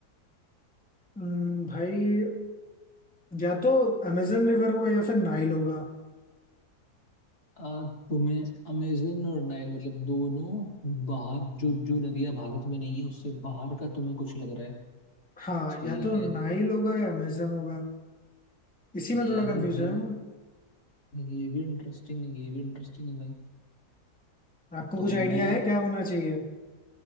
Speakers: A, in the centre; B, on the left.
A: हम्म, भाई या तो अमेजन रिवर होगा या फिर नाइल होगा
B: आ, तुम्हें अमेजन और नाइल मतलब दोनों बाहर जो जो नदियां भारत में नहीं है उससे बाहर का तुम्हें कुछ लग रहा है
A: हाँ
B: ठीक
A: या तो
B: है
A: नाइल होगा या अमेजन होगा इसी
B: ये
A: में थोड़ा
B: भी
A: कंफ्यूजन
B: भाई ये भी इंटरेस्टिंग है ये भी इंटरेस्टिंग है भाई
A: है आपको
B: तो
A: कुछ आइडिया
B: मैं
A: है क्या होना चाहिए